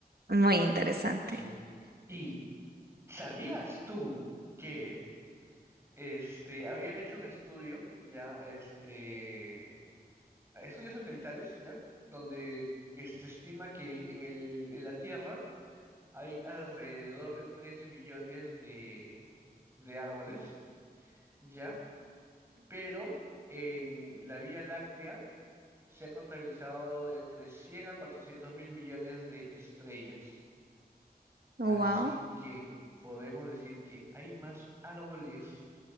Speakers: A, on the right (about 70°); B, on the right (about 15°).
A: Muy interesante.
B: Sí. ¿Y sabías tú que... Este, habían hecho un estudio, ya, este, estudios satelitales, ya, donde es- se estima que en el, en la Tierra hay alrededor de 3 billones de, de árboles, ya, pero en la Vía Láctea se ha contabilizado entre 100 a 400 mil millones de estrellas.
A: Wow,
B: Así que podemos decir que hay más árboles